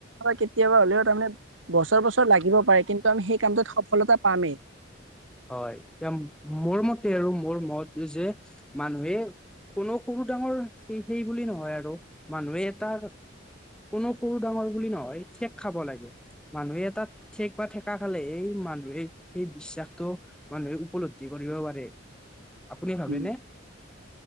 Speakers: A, on the right; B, in the centre.
A: কেতিয়াবা কেতিয়াবা হ'লেও তাৰমানে বছৰ বছৰ লাগিব পাৰে কিন্তু আমি সেই কামটোত সফলতা পামেই।
B: হয়, এ মোৰ মতে আৰু মোৰ মত যে মানুহে কোনো সৰু ডাঙৰ স সেই বুলি নহয় আৰু মানুহে তাৰ কোনো সৰু ডাঙৰ বুলি নহয় ঠেক খাব লাগে মানুহে তাত ঠেক বা ঠেকা খালে এই মানুহে সেই বিশ্বাস মানুহে উপলব্ধি কৰিব পাৰে। আপুনি ভাবেনে
A: উম,